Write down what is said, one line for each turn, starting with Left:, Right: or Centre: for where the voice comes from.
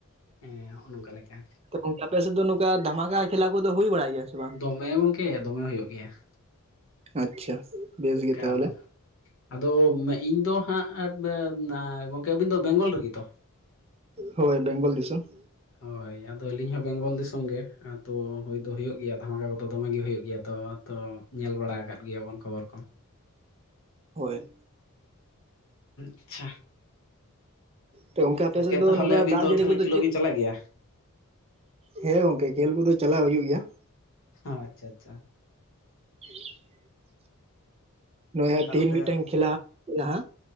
Left: ᱦᱮᱸ ᱦᱚᱸᱜᱼᱚ ᱱᱚᱝᱠᱟ ᱞᱮᱠᱟ
Right: ᱛᱚ ᱜᱚᱝᱠᱮ ᱟᱯᱮᱥᱮᱫ ᱫᱚ ᱱᱚᱝᱠᱟ, ᱫᱷᱟᱢᱟᱠᱟ ᱠᱷᱮᱞᱟ ᱠᱚᱫᱚ, ᱦᱩᱭ ᱵᱟᱲᱟᱭ ᱜᱮᱭᱟ ᱥᱮ ᱵᱟᱝ?
Left: ᱫᱚᱢᱮ ᱜᱚᱝᱠᱮ ᱫᱚᱢᱮ ᱦᱳᱭᱳᱜ ᱜᱮᱭᱟ ᱾
Right: ᱟᱪᱪᱷᱟ ᱵᱮᱥ ᱜᱮ
Left: ᱮᱠᱟᱞ
Right: ᱛᱟᱦᱚᱞᱮ᱾
Left: ᱟᱫᱚ ᱤᱧ ᱫᱚ ᱦᱟᱸᱜ, ᱜᱚᱢᱠᱮ ᱟᱹᱵᱤᱱ ᱫᱚ ᱵᱮᱝᱜᱚᱞ ᱨᱮᱜᱮ ᱛᱚ?
Right: ᱦᱳᱭ ᱵᱮᱝᱜᱚᱞ ᱫᱤᱥᱚᱢ ᱾
Left: ᱦᱳᱭ ᱟᱫᱚ ᱟᱹᱞᱤᱧ ᱦᱚᱸ ᱵᱮᱝᱜᱚᱞ ᱫᱤᱥᱚᱢ ᱜᱮ, ᱟᱛᱚ ᱦᱳᱭ ᱫᱚ ᱦᱳᱭᱳᱜ ᱜᱮᱭᱟ ᱫᱷᱟᱸᱠᱟ ᱠᱚᱫᱚ ᱫᱚᱢᱮᱜ ᱜᱮ ᱦᱳᱭᱳᱜ ᱜᱮᱭᱟ, ᱛᱚ, ᱛᱚ ᱧᱮᱞ ᱵᱟᱲᱟ ᱟᱠᱟᱫ ᱜᱮᱭᱟᱵᱚᱱ ᱠᱷᱚᱵᱚᱨ ᱠᱚ ᱾
Right: ᱦᱳᱭ ᱾
Left: ᱟᱪᱪᱷᱟ,
Right: ᱛᱚ ᱟᱯᱮ
Left: ᱜᱚᱝᱠᱮ
Right: ᱥᱮᱫ ᱫᱚ
Left: ᱛᱟᱦᱚᱞᱮ
Right: ᱱᱚᱝᱠᱟ
Left: ᱟᱹᱵᱤᱱ
Right: ᱫᱟᱜ
Left: ᱫᱚ
Right: ᱡᱟᱹᱲᱤ
Left: ᱛᱟᱦᱚᱞᱮ
Right: ᱠᱚᱫᱚ
Left: ᱠᱷᱮᱞᱳᱜ
Right: ᱪᱮᱫ
Left: ᱵᱤᱱ ᱪᱟᱞᱟᱜ ᱜᱮᱭᱟ?
Right: ᱦᱮᱸ ᱜᱚᱝᱠᱮ ᱠᱷᱮᱞ ᱠᱚᱫᱚ ᱪᱟᱞᱟᱣ ᱦᱳᱭᱳᱜ ᱜᱮᱭᱟ ᱾
Left: ᱟᱪᱪᱷᱟ, ᱟᱪᱪᱷᱟ ᱾
Right: ᱦ <inaudible> <inaudible> ᱱᱩᱭ ᱦᱚᱸᱛᱤᱦᱤᱧ
Left: ᱛᱟᱦᱚᱞᱮ
Right: ᱢᱤᱫᱴᱟᱝ ᱠᱷᱮᱞᱟ ᱢᱮᱱᱟᱜᱼᱟ᱾